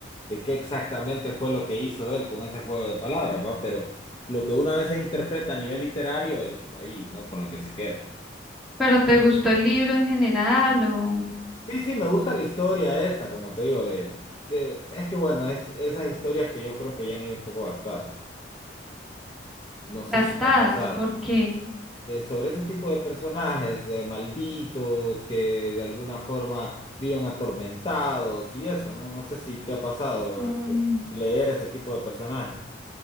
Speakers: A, on the left; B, in the centre.
A: de qué exactamente fue lo que hizo él con ese juego de palabras, ¿va? Pero lo que uno a veces interpreta a nivel literario es ahí, ¿no? Con lo que se queda.
B: ¿Pero te gustó el libro en general o
A: Sí, sí, me gusta la historia esta, como te digo, de, de, es que bueno, es esas historias que yo creo que ya han ido un poco gastadas. No
B: gastadas?
A: sé si te ha pasado.
B: ¿Por qué?
A: Eh, sobre ese tipo de personajes, eh, malditos, que de alguna forma viven atormentados y eso, ¿no? No sé si te ha pasado
B: Mm,
A: expe- leer ese tipo de personajes